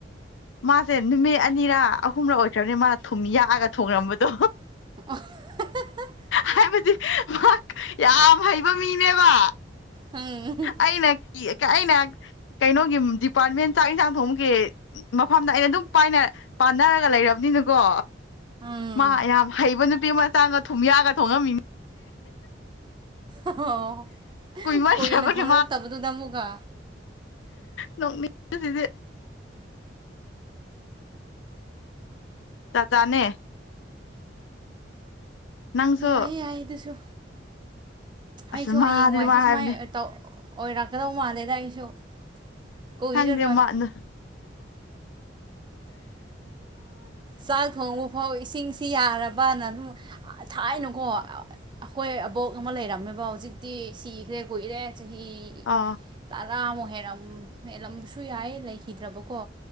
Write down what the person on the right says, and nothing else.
<unintelligible>
ꯎꯝ
ꯎꯝ
ꯑꯣ
ꯀꯨꯏꯅ ꯊꯣꯡꯂꯛꯇꯕꯗꯨꯗ ꯑꯃꯨꯛꯀ
ꯌꯥꯏ ꯌꯥꯏ ꯑꯗꯨꯁꯨ
ꯑꯩꯁꯨ
ꯍꯌꯦꯡꯋꯥꯏꯁꯦ
ꯁꯨꯃꯥꯏꯅ
ꯑꯣꯏꯔꯛꯀꯗꯧ ꯃꯥꯜꯂꯦꯗ ꯑꯩꯁꯨ ꯀꯨꯏꯔꯔꯣꯏ
ꯆꯥꯛ ꯊꯣꯡꯕ ꯐꯥꯎ ꯏꯁꯤꯡꯁꯤ ꯌꯥꯔꯕꯅ ꯑꯗꯨꯝ ꯊꯥꯏꯅꯀꯣ ꯑꯩꯈꯣꯏ ꯑꯕꯣꯛ ꯑꯃ ꯂꯩꯔꯝꯃꯦꯕ ꯍꯧꯖꯤꯛꯇꯤ ꯁꯤꯈ꯭ꯔꯦ ꯀꯨꯏꯔꯦ ꯆꯍꯤ
ꯇꯔꯥꯃꯨꯛ ꯍꯦꯔꯝ ꯍꯦꯜꯂꯝꯕꯁꯨ ꯌꯥꯏ ꯂꯩꯈꯤꯗ꯭ꯔꯕꯀꯣ